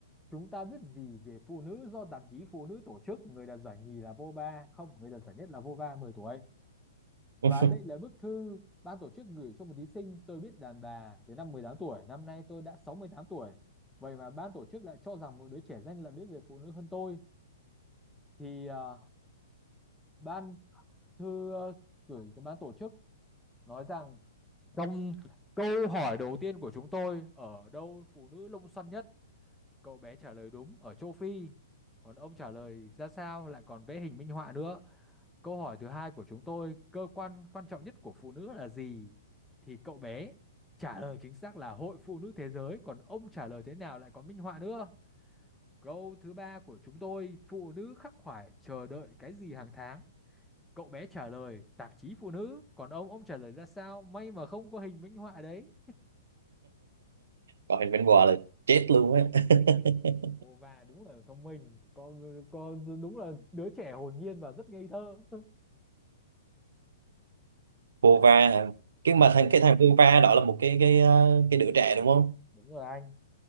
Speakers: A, in the centre; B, on the right.
A: chúng ta biết gì về phụ nữ do tạp chí phụ nữ tổ chức người đạt giải nhì là Vova không người đạt giải nhất là Vova mười tuổi
B: <laughs>
A: Và đây là bức thư ban tổ chức gửi cho một thí sinh tôi biết đàn bà từ năm 18 tuổi, năm nay tôi đã 68 tuổi. Vậy mà ban tổ chức lại cho rằng một đứa trẻ danh là biết về phụ nữ hơn tôi. Thì ờ, ban thư ờ, gửi của ban tổ chức nói rằng trong câu hỏi đầu tiên của chúng tôi ở đâu phụ nữ lông xoăn nhất? Cậu bé trả lời đúng ở châu Phi. Còn ông trả lời ra sao lại còn vẽ hình minh họa nữa. Câu hỏi thứ hai của chúng tôi, cơ quan quan trọng nhất của phụ nữ là gì? Thì cậu bé trả lời chính xác là Hội Phụ nữ Thế giới, còn ông trả lời thế nào lại có minh họa nữa. Câu thứ ba của chúng tôi, phụ nữ khắc khoải chờ đợi cái gì hàng tháng? Cậu bé trả lời tạp chí phụ nữ, còn ông ông trả lời ra sao? May mà không có hình minh họa đấy.
B: Còn hình bên bò là chết luôn á. <laughs>
A: Ồ và đúng là thông minh, con con đúng là đứa trẻ hồn nhiên và rất ngây thơ. <laughs>
B: Vova
A: À,
B: hả? Cái
A: vâng,
B: mà thằng cái thằng Vova đó là một cái cái ờ, cái đứa trẻ đúng không?
A: đúng rồi anh,